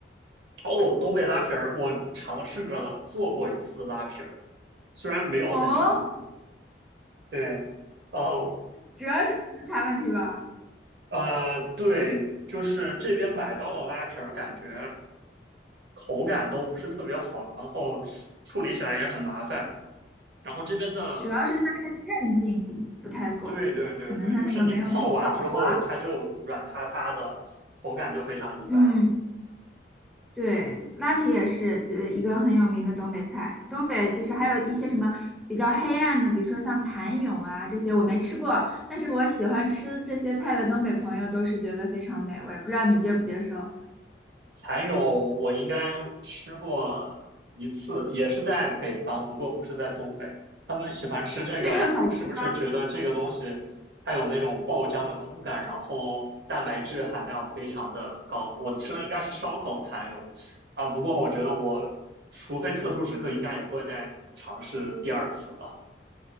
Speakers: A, on the right; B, in the centre.
A: 哦，东北拉皮儿，我尝试着做过一次拉皮儿，虽然没有很成功，
B: 哦，
A: 对，呃
B: 主要是食材问题吧，
A: 呃，对，就是这边买到的拉皮儿，感觉口感都不是特别好，然后处理起来也很麻烦，然后这边的
B: 主要是它那个韧劲不太够，
A: 对对对对，
B: 可能它那个没有它爽滑。
A: 就是你泡完之后，它就软塌塌的，口感就非常一般。
B: 嗯。对，拉皮也是呃一个很有名的东北菜。东北其实还有一些什么比较黑暗的，比如说像蚕蛹啊这些，我没吃过，但是我喜欢吃这些菜的东北朋友都是觉得非常美味。不知道你接不接受？
A: 蚕蛹我应该吃过一次，也是在北方，不过不是在东北。他们喜欢吃这个，
B: <laughs>
A: 是不是觉得这个东西它有那种爆浆的口感，
B: 好
A: 然后蛋白质含量非常的高？我吃的应该是烧烤蚕蛹啊，不过我觉得我除非特殊时刻，应该也不会再尝试第二次了。